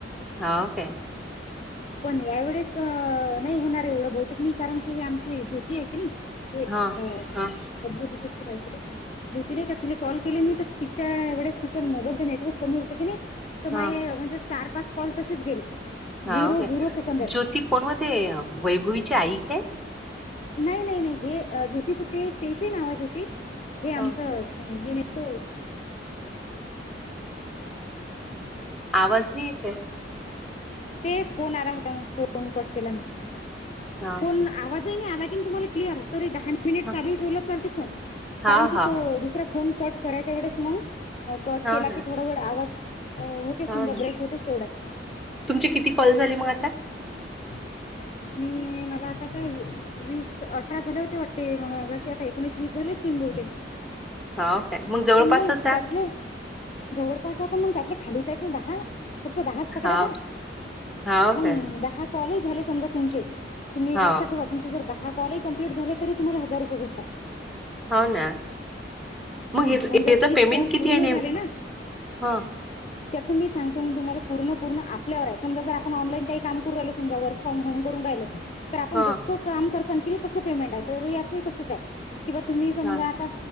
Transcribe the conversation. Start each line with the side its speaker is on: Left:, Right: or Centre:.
Centre: हा ओके
Left: पण यावेेळेस नाही होणार एवढं बहुतेक मी कारण की हे आमची ज्योती आहे की नाही ते
Centre: हां,
Left: अ
Centre: हां,
Left: प <unintelligible> ेती नाही का तिला कॉल केले मी तर तिच्या वेळेस तिच मोबाईलचं नेटवर्क कमी होतं की नाही तर
Centre: हां.
Left: माय म्हणजे चार पाच कॉल तसेच गेले
Centre: हाव
Left: झिरो
Centre: काय
Left: झिरो सेकंद आहे
Centre: ज्योती कोण व ते वैभवीचे आई काय
Left: नाही नाही नाही हे ज्योती त ते तेच नाव आहे ज्योती हे
Centre: हं,
Left: आमचं हे नाही तो ह <inaudible>
Centre: आवाज नाही येते
Left: ते फोन आला होता मग फोन कट केला, मी
Centre: हां,
Left: फोन
Centre: ओके.
Left: आवाजही नाही आला. आवाज क्लियर तरी दहा मिनिट
Centre: हां,
Left: चालू ठेवला तरी चालते फोन कारण
Centre: हां,
Left: की
Centre: हां.
Left: तो दुसरा फोन कट करायच्या वेळेस मग कट
Centre: हो
Left: केला
Centre: ना,
Left: की थोडा वेळ आवाज. अं होतेस
Centre: हो
Left: समजा
Centre: ना.
Left: ब्रेक होतेस तेवढ्या
Centre: तुमचे किती कॉल झाले मग आता
Left: हम <inaudible> मी मला आता काय वीस अठरा झाले होते वाटते म अशी आता एकोणीस वीस झाली
Centre: हो काय? जवळपासच
Left: पण मग
Centre: आहे.
Left: त्यातले जवळपास मग त्यातले खालीच आहेत ना दहा फक्त दहाच पकडा
Centre: हां,
Left: का
Centre: हो
Left: मग
Centre: काय?
Left: दहा कॉलच झाले समजा तुमचे तुम्ही एक
Centre: हो,
Left: लक्षात ठेवा तुम जर दहा कॉलही कम्प्लीट झाले तुम्हाला हजार रुपये भेटतात
Centre: हो ना मग
Left: हम्म
Centre: याच
Left: आणि जर तीस
Centre: पेमेंट
Left: कॉल
Centre: किती
Left: पूर्ण
Centre: आहे
Left: झाले
Centre: न
Left: ना
Centre: हा
Left: त्याचं मी सांगतो म तुमला पूर्ण पूर्ण आपल्यावर आहे समजा जर आपण ऑनलाई काम करू समजा वर्क फ्रॉम होम करू राहिलो तर आपण
Centre: हं,
Left: जसं काम कर मं तस पेमेंट आहे याचही तसंच आहे तुम्ही समजा
Centre: हं.
Left: आता